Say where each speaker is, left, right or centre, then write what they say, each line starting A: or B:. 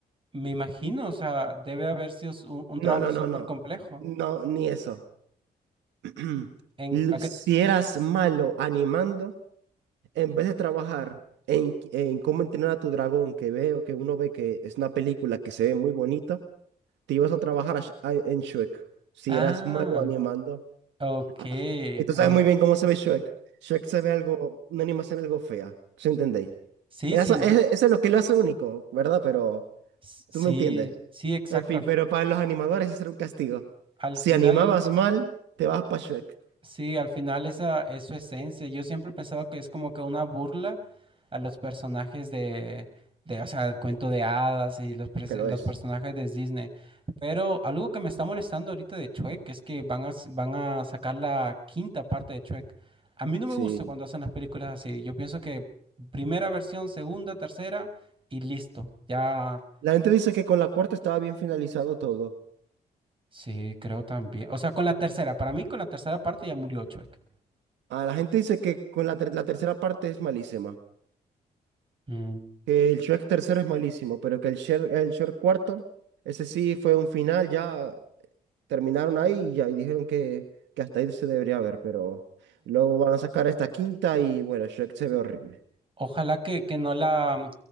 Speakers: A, on the right (about 30°); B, on the right (about 80°).
A: me imagino, o sea, debe haber sido s- un, un
B: No,
A: trabajo
B: no,
A: súper
B: no, no.
A: complejo.
B: No, ni eso. <clears throat>
A: En,
B: L-
A: ¿a qué-
B: Si eras malo animando, en vez de trabajar en, en cómo entrenar a tu dragón, que veo, que uno ve que es una película que se ve muy bonita, te ibas a trabajar a Sh- a- en Shrek. Si
A: Ah,
B: eras malo animando.
A: ok,
B: Ah, Y tú
A: ahorita.
B: sabes muy bien cómo se ve Shrek. Shrek se ve algo, una animación algo fea, ¿sí entendéis?
A: Sí,
B: Eso,
A: sí, enti-
B: es- eso es lo que lo hace único, ¿verdad? Pero
A: S- Sí,
B: tú me entiendes.
A: sí, exacto.
B: En fin, pero para los animadores eso era un castigo.
A: Al
B: Si
A: final,
B: animabas mal, te vas para Shrek.
A: sí, al final esa es su esencia. Yo siempre he pensado que es como que una burla a los personajes de, de, o sea, el cuento de hadas y los, pres-
B: Es que lo
A: los
B: es.
A: personajes de Disney. Pero algo que me está molestando ahorita de Shrek es que van a, s- van a sacar la quinta parte de Shrek. A mí no
B: Sí.
A: me gusta cuando hacen las películas así. Yo pienso que primera versión, segunda, tercera y listo. Ya,
B: La gente dice que con la cuarta estaba bien finalizado todo.
A: sí, creo también. O sea, con la tercera, para mí con la tercera parte ya murió Shrek.
B: Ah, la gente dice que con la, ter- la tercera parte es malísima.
A: Mm.
B: Que el Shrek tercero es malísimo, pero que el Shrek, el Shrek cuarto, ese sí fue un final ya. terminaron ahí y ya, y dijeron que, que hasta ahí se debería ver, pero luego van a sacar esta quinta y bueno, Shrek se ve horrible.
A: Ojalá que, que no la mm,